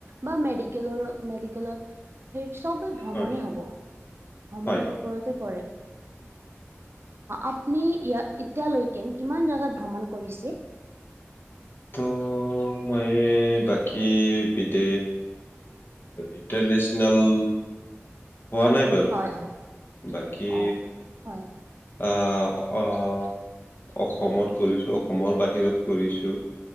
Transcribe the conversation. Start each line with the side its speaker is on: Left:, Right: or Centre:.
Right: বা মেডিকেল মেডিকেলত সেই চবেই ভ্ৰমণেই
Left: হয়
Right: হব ভ্ৰমণৰ
Left: হয়
Right: ওপৰতে আপ এতিয়ালৈকেন কিমান জোগাত ভ্ৰমণ কৰিছে?
Left: ত মইে বাকী বিদে ইণ্টাৰনেচনেল হোৱা নাই বাৰু
Right: হয় হয়।
Left: বাকী
Right: অঁ হয়
Left: আহ
Right: অ
Left: আহ অসমত কৰিছো, অসমৰ বাহিৰত কৰিছো।